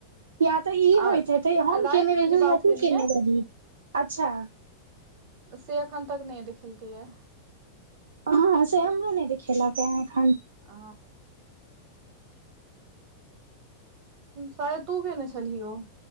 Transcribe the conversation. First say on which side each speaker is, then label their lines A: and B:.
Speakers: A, on the right; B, on the right.
A: या तऽ ई
B: आ
A: होयइत हेतय हम
B: रातिमे
A: केने रहियो
B: जे बात
A: या तू
B: केलियै
A: केने रहि अच्छा
B: से अखन तक नहि देखलकए
A: ह से हमरो नहि देखिखेलक ह एखन
B: आ शायद तू केने छलहि ओ